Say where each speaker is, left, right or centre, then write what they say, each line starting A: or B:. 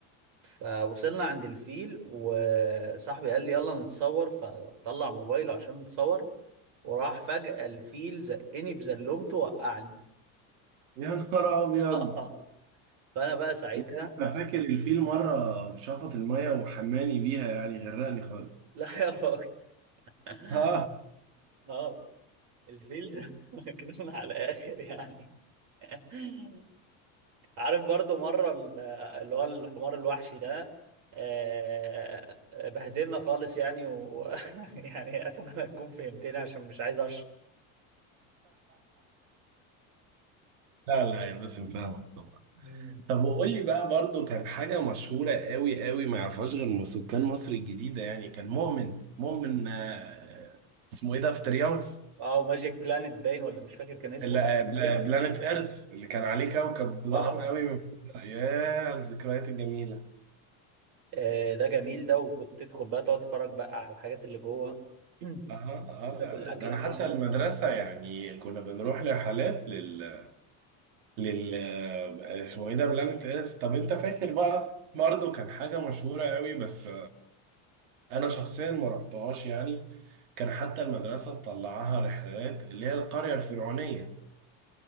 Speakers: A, on the right; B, on the right.
A: فوصلنا عند الفيل وصاحبي قال لي يلا نتصور فطلع موبايله عشان نتصور وراح فجأة الفيل زقني بزلومته وقعني
B: يا نهار ابيض
A: <laughs> فانا بقى ساعتها
B: انا فاكر الفيل مرة شفط المية وحماني بيها يعني غرقني خالص
A: <laughs> لا يا راجل <laughs>
B: <laughs>
A: اه الفيل ده <laughs> مجنون على الاخر يعني <laughs> عارف برضو مره ال- اللي هو الحمار الوحشي ده آه، بهدلنا خالص يعني و... <laughs> يعني اتمنى تكون فهمتني عشان مش عايز اشرح
B: لا لا يا باسم فاهمك طبعا
A: مم.
B: طب وقول لي بقى برضو كان حاجة مشهورة قوي قوي ما يعرفهاش غير م- سكان مصر الجديدة يعني كان مؤمن مؤمن آه، اسمه ايه ده في تريومف
A: اه ماجيك بلانت باين ولا مش فاكر كان اسمه
B: اللي آه،
A: ايه
B: بلا-
A: ده
B: بلانت ايرث اللي كان عليه كوكب ضخم
A: اه
B: قوي من فوق. ياه على الذكريات الجميلة
A: آه، ده جميل ده وكنت تدخل بقى تقعد تتفرج بقى على الحاجات اللي جوه <clears throat>
B: اه اه
A: تاكل
B: لا لا
A: اكله
B: ده انا
A: حلوه
B: حتى المدرسة يعني كنا بنروح لرحلات لل لل آه، اسمه ايه ده بلانت ايرث طب انت فاكر بقى برضه كان حاجة مشهورة قوي بس انا شخصيا ما رحتهاش يعني كان حتى المدرسه تطلعها رحلات اللي هي القريه الفرعونيه